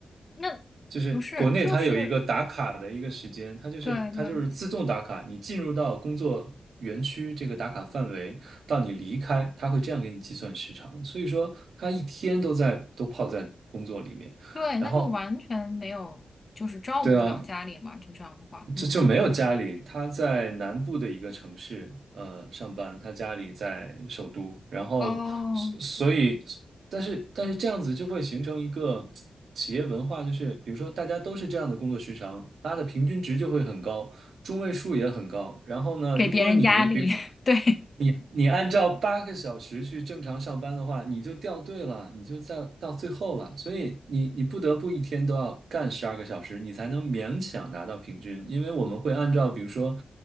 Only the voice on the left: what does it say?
那
不是，就是
对对。
对，
那就完全没有，就是照顾不了家里嘛，
就这样的话，嗯，
哦，
给别人压力，
<laughs> 对，